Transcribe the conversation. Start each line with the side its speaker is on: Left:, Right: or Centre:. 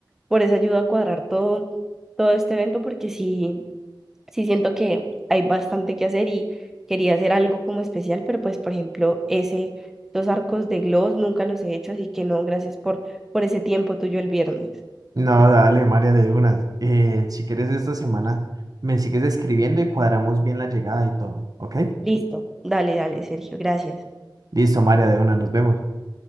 Centre: por esa ayuda a cuadrar todo, todo este evento, porque sí, sí siento que hay bastante que hacer y quería hacer algo como especial, pero pues, por ejemplo, ese, los arcos de gloss nunca los he hecho, así que no, gracias por, por ese tiempo tuyo el viernes.
Right: No, dale, María, de una. Eh, si quieres esta semana, me sigues escribiendo y cuadramos bien la llegada y todo, ¿ok?
Centre: Listo, dale, dale, Sergio, gracias.
Right: Listo, María, de una, nos vemos.